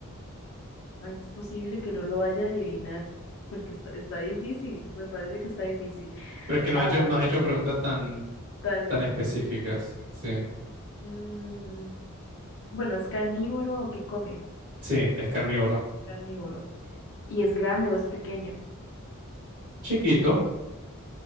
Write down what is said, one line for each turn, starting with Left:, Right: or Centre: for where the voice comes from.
Left: Ay, es posible que no lo vaya a adivinar, porque está, está difícil. Me parece que está difícil.
Right: pero es que no
Left: Ah,
Right: ha hecho, no has hecho preguntas tan,
Left: tan
Right: tan
Left: específico.
Right: específicas. Sí,
Left: Mm, bueno, ¿es carnívoro o qué come?
Right: sí, es carnívoro.
Left: Carnívoro. ¿Y es grande o es pequeño?
Right: Chiquito,